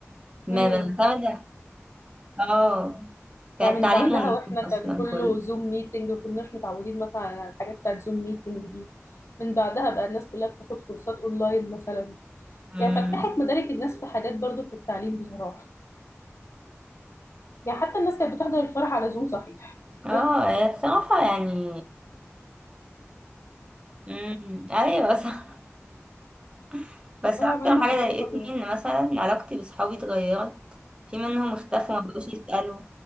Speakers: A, on the right; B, on the left.
A: ما
B: برضه
A: بنعتمد اه كان
B: يعني
A: التعليم
B: من بعدها
A: اونلاين
B: واحنا كان
A: اصلا
B: كله
A: كله
B: زوم ميتنج ما كناش متعودين مثلا على الحاجات بتاعت زوم ميتنج دي من بعدها بقى الناس كلها بتاخد كورسات اونلاين مثلا
A: امم
B: يعني فتحت مدارك الناس في حاجات برضو في التعليم بصراحة يعني حتى الناس كانت بتحضر الفرح على زوم صحيح
A: اه
B: <laughs>
A: هي بصراحه يعني امم ايوه صح <laughs> بس
B: والله
A: اكتر
B: عملنا
A: حاجه
B: حاجات
A: ضايقتني
B: فظيعة
A: ان مثلا علاقتي بصحابي اتغيرت في منهم اختفوا ما بقوش يسالوا